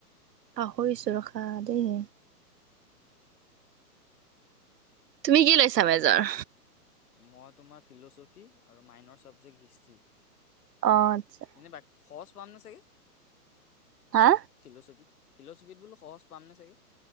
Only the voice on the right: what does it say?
পাহৰিছোঁ ৰখা দেই। তুমি কি লৈছা মেজৰ?
অঁ, আচ্ছা।
হা?